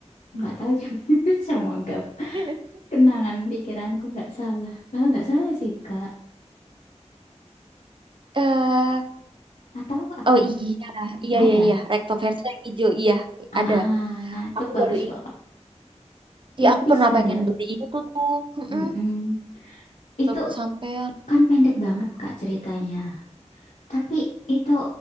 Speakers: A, on the left; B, on the right.
A: Nggak tahu juga. <laughs> Semoga
B: <laughs>
A: kenangan pikiranku nggak salah. Kalau nggak salah sih, Kak.
B: Eh,
A: Atau apa
B: oh
A: yang
B: iya,
A: s-
B: iya
A: ada?
B: iya iya, recto verso yang hijau iya
A: Ah,
B: ada.
A: ah, nah itu
B: Aku
A: bagus
B: baru
A: banget.
B: Iya,
A: Tipis
B: aku pernah
A: kan
B: pengen
A: dia.
B: beli itu tuh. Mm-mm.
A: Mm-mm. Itu
B: Belum kesampaian.
A: kan pendek banget, Kak, ceritanya. Tapi itu